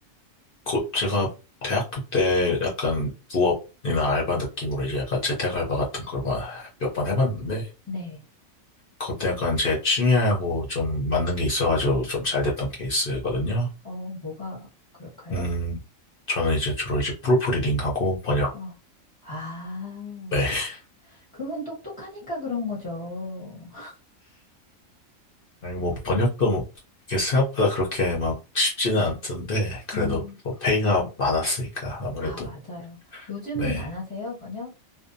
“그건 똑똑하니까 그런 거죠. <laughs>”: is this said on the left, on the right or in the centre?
Left